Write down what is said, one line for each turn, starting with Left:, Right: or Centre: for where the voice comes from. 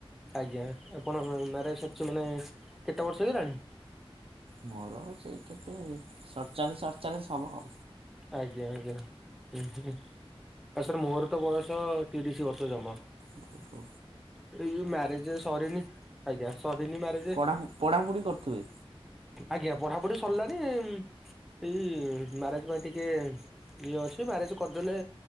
Centre: ଆଜ୍ଞା ଆପଣ ମ୍ୟାରେଜ ସରିଛି ମାନେ କେତେ ବର୍ଷ ହେଇଗଲାଣି?
Right: ମୋର ସେଇ କେତେ ସତଚାଳିଶ ଅଠଚାଳିଶ ହବ।
Centre: ଆଜ୍ଞା ଆଜ୍ଞା ଉଁ ହୁ। ଆ ସାର୍ ମୋର ତ ବୟସ ତିରିଶ ବର୍ଷ ଜମା।
Right: ଓ ହୋ।
Centre: ଏଇ ଯୋଉ ମ୍ୟାରଜ ସରିନି, ଆଜ୍ଞା ସରି ନି ମ୍ୟାରଜ
Right: ପଢ଼ା ପଢ଼ାପଢ଼ି କରୁଥିବେ
Centre: ଆଜ୍ଞା ପଢାପଢି ସରିଲାଣି ଏଇ ମ୍ୟାରେଜ ପାଇଁ ଟିକେ ଇଏ ଅଛି, ମ୍ୟାରେଜ କରଦେଲେ